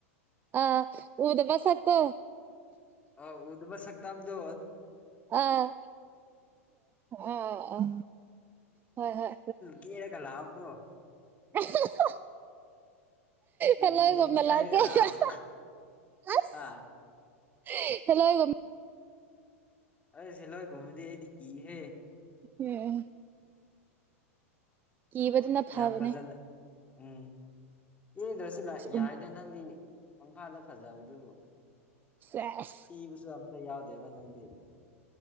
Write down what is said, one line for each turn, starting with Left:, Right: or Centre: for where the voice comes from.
Right: ꯍꯥ ꯑ ꯎꯗꯕꯁꯠꯇꯣ
Left: ꯑ‌ꯣ ꯎꯗꯕ ꯁꯛꯇꯝ ꯗꯣ
Right: ꯑꯥ ꯑꯥ ꯑꯥ ꯍꯣꯏ ꯍꯣꯏ꯫
Left: ꯀꯦꯔꯥꯒ ꯂꯥꯛꯑꯣꯀꯣ
Right: ꯑꯍꯥꯍꯥ...
Left: ꯀꯦꯖꯤ
Right: ꯍ‌ꯦꯜꯂꯣꯏ ꯒꯨꯝꯅ
Left: ꯑꯃ ꯇꯩꯔꯒ
Right: ꯂꯥꯛꯀꯦ
Left: ꯂꯥꯛꯑꯣ
Right: ꯍꯥꯍꯥ ꯑꯁ꯫
Left: ꯍꯥ
Right: ꯍꯦꯜꯂꯣꯏꯒꯨꯝ꯫
Left: ꯑꯩꯁ ꯍꯦꯂꯣꯏ ꯒꯨꯝꯕꯗꯤ ꯑꯩꯗꯤ ꯀꯤ ꯍꯦ꯫
Right: ꯌꯦꯍꯦ꯫ ꯀꯤꯕꯗꯨꯅ ꯐꯕꯅꯦ
Left: ꯌꯥꯝ ꯐꯖꯅ ꯎꯝ ꯀꯦꯗ꯭ꯔꯁꯨ ꯂꯥꯏ.
Right: ꯏꯁ
Left: ꯌꯥꯏꯗ
Right: ꯎꯝ
Left: ꯅꯪꯗꯤ ꯄꯪꯐꯥꯗ ꯐꯖꯕꯗꯨꯕꯨ꯫
Right: ꯁꯦꯁ
Left: ꯊꯤꯕꯁꯨ ꯑꯝꯇ ꯌꯥꯎꯗꯦꯕ ꯅꯪꯗꯤ꯫